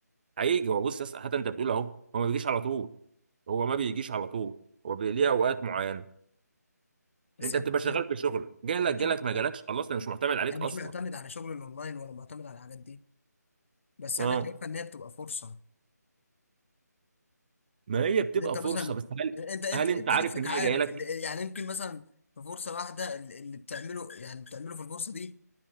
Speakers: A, on the right; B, on the left.
A: هيجي هو بص يا اسطى حتى انت بتقول اهو هو ما بيجيش على طول هو ما بيجيش على طول هو بي- ليه اوقات معينه
B: بس
A: انت
B: يعني
A: بتبقى
B: الواحد-
A: شغال بشغل جالك
B: يعني
A: جالك
B: شغل
A: ما
B: لا،
A: جالكش خلاص انا مش معتمد عليك
B: انا مش
A: اصلا
B: معتمد على شغل الاونلاين ولا معتمد على الحاجات دي بس
A: اه
B: انا شايفها ان هي بتبقى فرصه
A: ما هي بتبقى
B: ان انت
A: فرصه
B: مثلا
A: بس هل
B: انت انت
A: هل
B: انت
A: انت عارف
B: نفسك
A: ان
B: عارف
A: هي جايه لك
B: اللي يعني يمكن مثلا في فرصه واحده اللي اللي بتعمله يعني بتعمله في الفرصه دي